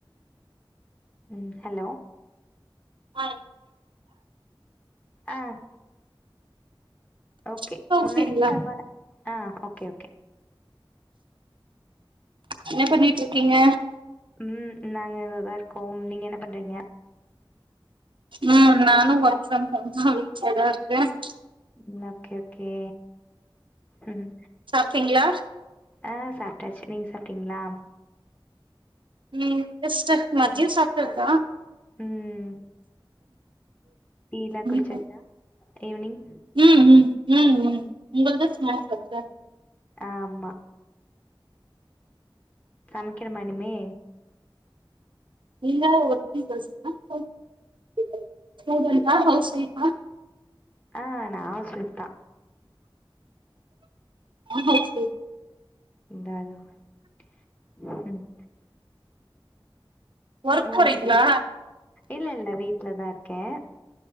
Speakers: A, on the left (about 15°); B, on the right (about 65°).
A: ம் ஹலோ
B: ஆஹ்
A: ஆஹ் ஓகே
B: இப்ப ஓகேங்களா?
A: முன்னாடிக்கு பரவாலா ஆஹ் ஓகே ஓகே
B: என்ன பண்ணிட்டு இருக்கீங்க
A: உம் நாங்க இததா இருக்கோம் நீங்க என்ன பண்றீங்க
B: உம் நானும் ஒர்க் ஃபிரம் ஹோம் ல வீட்டுல ல தா இருக்க
A: உம் ஓகே ஓகே உம்
B: சாப்ட்டிங்களா
A: ஆஹ் சாப்பிட்டாச்சு நீங்க சாப்ட்டீங்களா
B: உம் எஸ் சிஸ்டர் மதியம் சாப்ட்டதா
A: ம் டீ லா குடிச்சாச்சா
B: <unintelligible>
A: ஈவினிங்
B: உம் உம் உம் உம் உங்கதா ஸ்னாக்ஸ் சாப்ட்ட
A: ஆமா சமைக்கணுமா இனிமே
B: இல்ல <unintelligible> ஹவுஸ் வைஃபா
A: ஆஹ் நா ஹவ்ஸ் வொய்ப் தா
B: ஹவ்ஸ் வொய்ஃப்
A: இந்தானா ம்
B: ஒர்க்
A: மூணு
B: போறீங்களா
A: மணி இல்ல இல்ல வீட்ல தா இருக் கே